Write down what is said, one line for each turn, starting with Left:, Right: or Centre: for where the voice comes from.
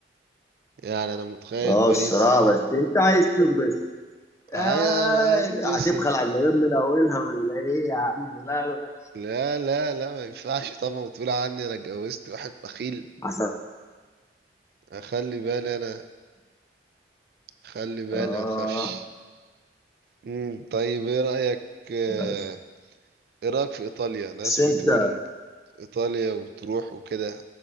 Right: يعني أنا متخيل
Left: اه
Right: باريس
Left: الصراحة بس انت عايز تنبسط
Right: عايز
Left: آه
Right: بس
Left: هتبخل على المدام من اولها ولا ايه يا عم لا لا
Right: لا لا لا ما ينفعش طبعا تقول عني أنا اتجوزت واحد بخيل
Left: عشان
Right: خلي بالي أنا خلي بالي
Left: آه
Right: ما تخافش مم. طيب ايه رأيك آه،
Left: بس
Right: ايه رأيك في ايطاليا ناس
Left: بس أنت
Right: بتقول ايطاليا وبتروح وكده